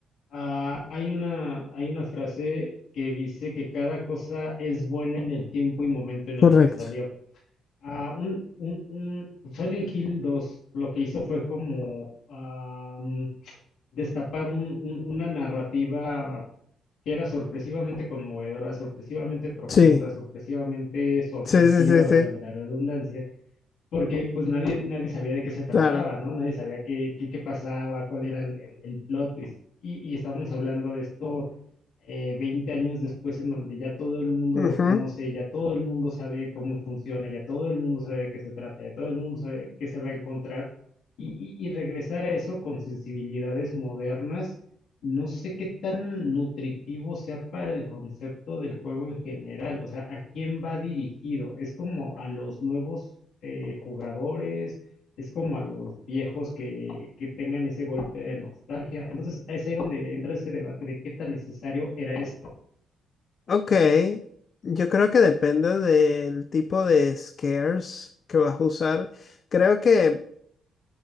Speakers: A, on the left; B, on the left.
A: ah, hay una, hay una frase que dice que cada cosa es buena en el tiempo y momento en el
B: Correcto.
A: que salió. Ah, un, un, un Silent Hill 2, lo que hizo fue como ah, mm, destapar un- un- una narrativa que era sorpresivamente conmovedora, sorpresivamente profunda,
B: Sí,
A: sorpresivamente sorpresiva,
B: sí, sí, sí,
A: valga
B: sí,
A: la redundancia porque pues nadie, nadie sabía de qué se trataba,
B: claro.
A: ¿no? Nadie sabía qué, qué, qué pasaba, cuál era el, el- el plot twist. Y, y estábamos hablando de esto eh, 20 años después, en donde ya todo el mundo
B: Ujú.
A: lo conoce, ya todo el mundo sabe cómo funciona, ya todo el mundo sabe de qué se trata, ya todo el mundo sabe qué se va a encontrar. Y, y- y regresar a eso con sensibilidades modernas no sé qué tan nutritivo sea para el concepto del juego en general, o sea, ¿a quién va dirigido? ¿Es como a los nuevos eh, jugadores? ¿Es como a los viejos que, que tengan ese golpe de nostalgia? Entonces, es ahí donde entra ese debate de qué tan necesario era esto.
B: Ok, yo creo que depende del tipo de scares que vas a usar. Creo que